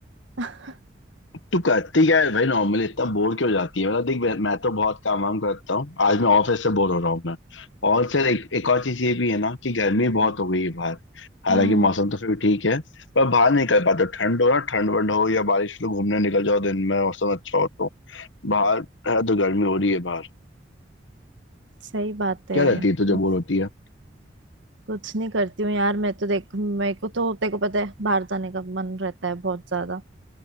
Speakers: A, on the right (about 80°); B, on the left (about 80°).
A: <laughs>
B: तू करती क्या है भाई नॉर्मली इतना बोर क्यों हो जाती है मतलब देख मैं मैं तो बहुत काम वाम करता हूँ आज मैं ऑफिस से बोर हो रहा हूँ मैं और सर एक, एक और चीज ये भी है ना कि गर्मी
A: हम्म
B: बहुत हो गई है बाहर हालांकि
A: हम्म,
B: मौसम तो फिर भी ठीक है पर बाहर नहीं निकल पाता ठंड हो ना ठंड वंड हो या बारिश हो तो घूमने निकल जाओ दिन में मौसम अच्छा हो तो बाहर है तो गर्मी हो रही है बाहर
A: सही बात है
B: क्या रहती है तुझे
A: हम्म,
B: बोर होती है
A: कुछ नहीं करती हूँ यार मैं तो देख मेरे को तो तेरे को पता है बाहर जाने का मन रहता है बहुत ज्यादा